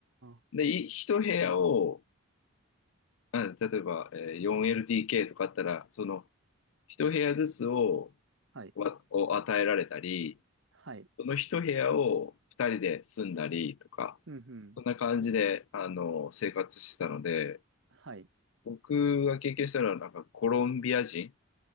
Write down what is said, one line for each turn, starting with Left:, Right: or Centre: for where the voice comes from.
Right: あ、
Left: で、い一部屋を、あ例えば、えー 4LDK とかあったら、その、一部屋ずつを、
Right: はい。
Left: わを与えられたり、
Right: はい。
Left: その一部屋を二人で住んだりとか、
Right: うんうん。
Left: そんな感じで、あの、生活してたので、
Right: はい。
Left: 僕が経験したのは、なんかコロンビア人